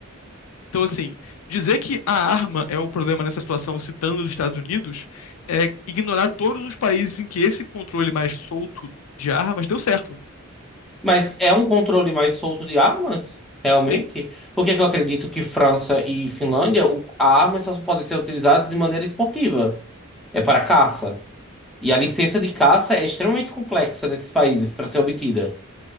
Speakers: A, on the left; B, in the centre.
A: Então, assim, dizer que a arma é o problema nessa situação, citando os Estados Unidos, é ignorar todos os países em que esse controle mais solto de armas deu certo.
B: Mas é um controle mais solto de armas, realmente?
A: Tem-
B: Porque é que eu acredito que França e Finlândia, o, a arma só podem ser utilizadas de maneira esportiva, é para caça. E a licença de caça é extremamente complexa nesses países para ser obtida.